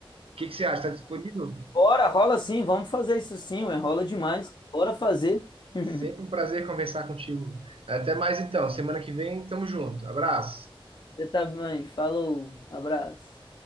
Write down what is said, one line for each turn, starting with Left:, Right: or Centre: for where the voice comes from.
Right: que, que você acha? Está disponível?
Left: Bora, rola sim, vamos fazer isso sim, ué, rola demais. Bora fazer. <laughs>
Right: Sempre um prazer conversar contigo. Até mais então, semana que vem, tamo junto. Abraço.
Left: Você tá bem, falou, abraço.